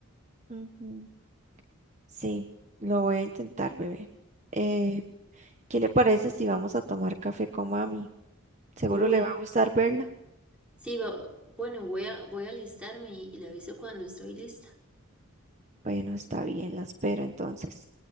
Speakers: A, on the right (about 30°); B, in the centre.
A: Ujú. Sí, lo voy a intentar, bebé. Eh, ¿qué le parece si vamos a tomar café con mami? Seguro
B: Uy,
A: le va a gustar verla.
B: sí, va- bueno, voy a, voy a alistarme y, y le aviso cuando estoy lista.
A: Bueno, está bien, la espero entonces.